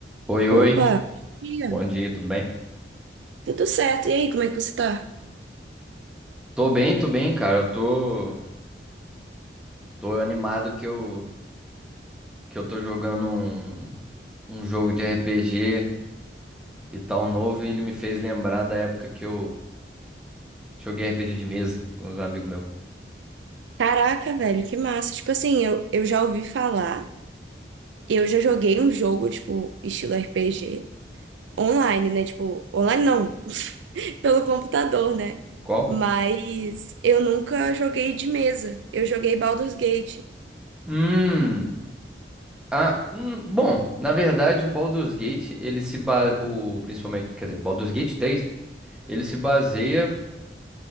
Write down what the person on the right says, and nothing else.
Opa,
Ia.
tudo certo. E aí, como é que você tá?
Caraca, velho, que massa. Tipo assim, eu, eu já ouvi falar, eu já joguei um jogo, tipo, estilo RPG, online, né? Tipo, online não, <laughs> pelo computador, né?
Mas eu nunca joguei de mesa. Eu joguei Baldur's Gate.